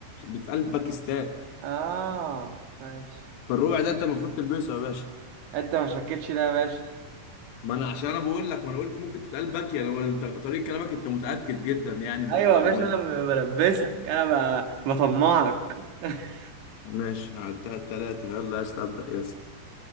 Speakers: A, on the left; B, on the right.
A: بتقال باكستان
B: اه ماشي
A: فالربع ده انت المفروض تلبسه يا باشا
B: انت ما شكتش لا يا باشا
A: ما انا عشان انا بقول لك ما انا قلت ممكن تتقال باكي انا انت طريقة كلامك انت متأكد جدا يعني من
B: ايوه
A: المعلومات
B: يا باشا انا ب- بلبسك انا ب- بطمعك <laughs>
A: ماشي على التلاتة يلا يا اسطى ابدأ يا اسطى